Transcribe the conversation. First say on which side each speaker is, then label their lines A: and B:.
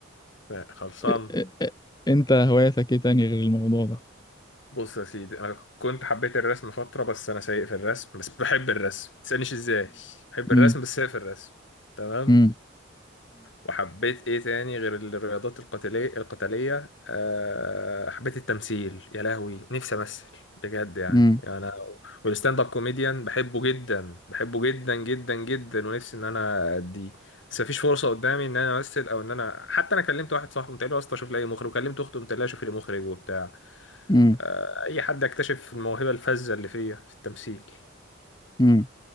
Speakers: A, on the left; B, on the left.
A: آه، خلصان
B: أه، أه، أه، انت هوايتك ايه تاني غير الموضوع ده
A: بص يا سيدي انا كنت حبيت الرسم فتره بس انا سيء في الرسم بس بحب الرسم ما تسالنيش ازاي بحب
B: امم
A: الرسم بس سيء في الرسم تمام
B: امم
A: وحبيت ايه تاني غير الرياضات القتاليه القتاليه أه حبيت التمثيل يا لهوي نفسي امثل بجد يعني
B: امم
A: انا والستاند اب كوميديان بحبه جدا بحبه جدا جدا جدا ونفسي ان انا اديه بس مفيش فرصه قدامي ان انا امثل او ان انا حتى انا كلمت واحد صاحبي قلت له يا اسطى شوف لي أي مخرج وكلمت اخته قلت لها شوف لي مخرج وبتاع
B: امم
A: آه، اي حد يكتشف الموهبه الفذه اللي فيا في التمثيل
B: امم